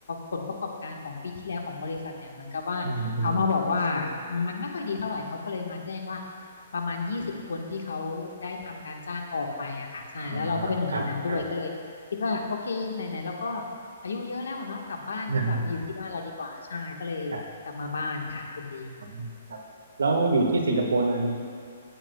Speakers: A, on the left (about 80°); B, on the right (about 80°).
A: ผลประกอบการของปีที่แล้วของบริษัทเนี่ยเหมือนกับว่าเขามาบอกว่า
B: อืมอืม
A: มันไม่ค่อยดีเท่าไหร่เขาก็เลยมาแจ้งว่าประมาณยี่สิบคนที่เขาได้ทำการจ้างออกไปอะค่ะใช่แล้วเราก็เป็นหนึ่งในนั้นด้วยก็เลย
B: อ๋อครับครับ
A: คิดว่าโอเคไหนๆเราก็อายุเยอะแล้วอะเนาะกลับบ้านดีกว่ามาอยู่ที่บ้านเราดีกว่าใช่ก็เลยกลับมาบ้านค่ะคุณดี
B: <laughs> ครับอ๋อครับแล้วอยู่ที่สิงคโปร์นานไหม